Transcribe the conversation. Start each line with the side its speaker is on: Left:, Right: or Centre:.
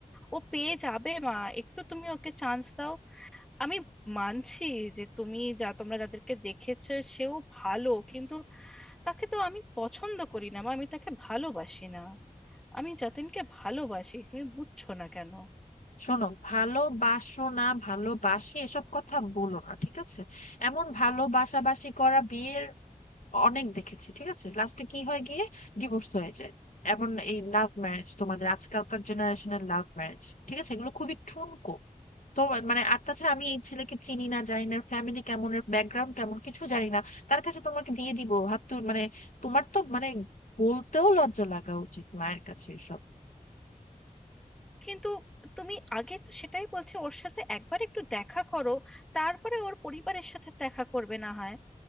Centre: ও পেয়ে যাবে মা একটু তুমি ওকে চান্স দাও আমি মানছি যে তুমি যা তোমরা যাদেরকে দেখেছো সেও ভালো কিন্তু তাকে তো আমি পছন্দ করি না মা আমি তাকে ভালোবাসি না আমি যতীনকে ভালোবাসি তুমি বুঝছো না কেন
Left: শোনো ভালোবাসো না ভালোবাসি এসব কথা বলো না ঠিক আছে এমন ভালোবাসাবাসি করা বিয়ের অনেক দেখেছি ঠিক আছে লাস্টে কি হয় গিয়ে ডিভোর্স হয়ে যায় এমন এই লাভ ম্যারেজ তোমাদের আজকালকার জেনারেশনের লাভ ম্যারেজ ঠিক আছে এগুলো খুবই ঠুনকো তো মানে আর তাছাড়া আমি এই ছেলেকে চিনি না জানি না ফ্যামিলি কেমন এর ব্যাকগ্রাউন্ড কেমন কিছু জানি না তার কাছে তোমাকে দিয়ে দিব হাত তুল মানে তোমার তো মানে বলতেও লজ্জা লাগা উচিত মায়ের কাছে এসব
Centre: কিন্তু তুমি আগে তো সেটাই বলছো ওর সাথে একবার একটু দেখা করো তারপরে ওর পরিবারের সাথে দেখা করবে না হয়